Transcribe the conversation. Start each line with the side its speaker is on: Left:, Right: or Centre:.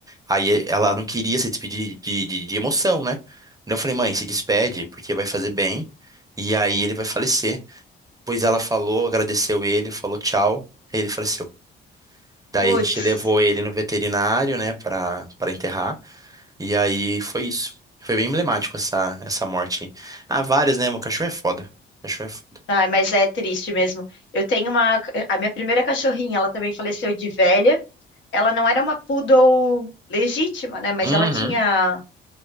Right: Aí ela não queria se despedir de, de, de emoção, né? Então eu falei, mãe, se despede, porque vai fazer bem, e aí ele vai falecer. Pois ela falou, agradeceu ele, falou tchau, e ele faleceu. Daí
Left: putz.
Right: a gente levou ele no veterinário, né, para para enterrar. E aí foi isso. Foi bem emblemático essa, essa morte aí. Ah, várias, né? Meu cachorro é foda. Cachorro é foda.
Left: Ai, mas é triste mesmo. Eu tenho uma. A minha primeira cachorrinha, ela também faleceu de velha. Ela não era uma poodle legítima, né? Mas
Right: Uhum.
Left: ela tinha,